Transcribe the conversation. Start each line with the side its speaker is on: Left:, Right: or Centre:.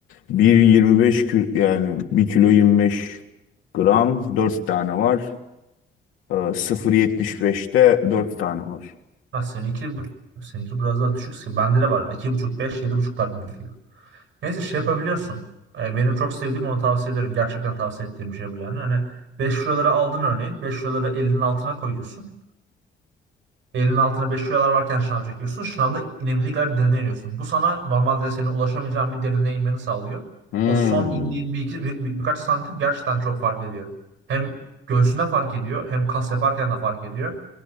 Left: bir virgül yirmi beş kilo yani bir kilo yirmi beş gram 4 tane var. Ee, sıfır virgül yetmiş beşte 4 tane var.
Right: Ha, seninki, seninki biraz daha düşük. Bende de var. iki buçuk beş yedi buçuklar benimki. Neyse şey yapabiliyorsun. Ee, benim çok sevdiğim onu tavsiye ederim. Gerçekten tavsiye ettiğim bir şey bu yani. Hani 5 liraları aldın örneğin. beş liraları elinin altına koyuyorsun. Elinin altına 5 kilolar varken şınav çekiyorsun. Şınavda inebildiği kadar derine iniyorsun. Bu sana normalde senin ulaşamayacağın bir derine inmeni sağlıyor.
Left: Hmm,
Right: O son indiğin bir iki bir- bir- birkaç santim gerçekten çok fark ediyor. Hem göğsünde fark ediyor, hem kas yaparken de fark ediyor.